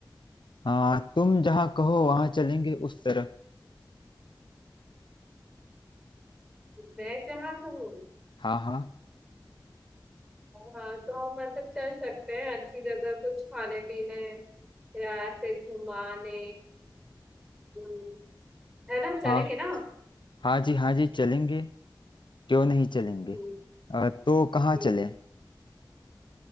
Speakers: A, on the left; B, in the centre.
A: हाँ तुम जहाँ कहो वहाँ चलेंगे उस तरफ
B: मैं जहाँ कहूँ
A: हाँ हाँ
B: हाँ तो हम मतलब चल सकते हैं अच्छी जगह कुछ खाने पीने या ऐसे घुमाने हम्म, है ना चलेंगे
A: हाँ
B: ना
A: हाँ जी हाँ जी चलेंगे क्यों नहीं चलेंगे
B: हम्म,
A: अ, तो कहाँ
B: हम्म।
A: चलें